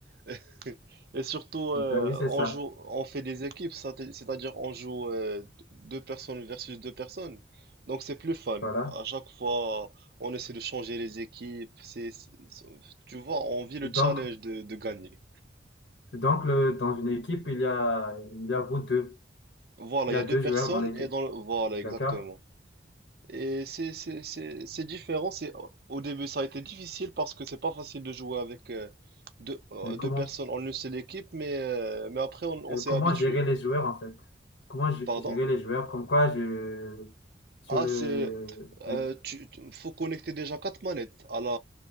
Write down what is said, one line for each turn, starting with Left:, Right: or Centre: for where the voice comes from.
Right: <laughs> Et surtout, euh,
Left: Ben oui, c'est
Right: on
Left: ça.
Right: joue, on fait des équipes, ça t- c'est-à-dire on joue euh, deux personnes versus deux personnes. Donc c'est plus fun.
Left: Voilà.
Right: À chaque fois, on essaie de changer les équipes. C'est, c'est- c'est- tu vois, on vit le
Left: Donc,
Right: challenge de, de gagner.
Left: donc le, dans une équipe, il y a, il y a vous deux.
Right: Voilà,
Left: Il
Right: il
Left: y a
Right: y a
Left: deux
Right: deux personnes
Left: joueurs dans l'équipe.
Right: et dans le... Voilà, exactement.
Left: D'accord?
Right: Et c'est c'est- c'est- c'est différent. C'est, au début, ça a été difficile parce que c'est pas facile de jouer avec euh, deux, euh,
Left: Et comment,
Right: deux personnes en une seule équipe, mais, euh, mais après, on, on
Left: et
Right: s'est
Left: comment
Right: habitué.
Left: gérer les joueurs, en fait? Comment gé-
Right: Pardon?
Left: gérer les joueurs? Comme quoi, je, sur
Right: Ah,
Left: le,
Right: c'est. euh,
Left: oui,
Right: tu, tu- faut connecter déjà quatre manettes à la,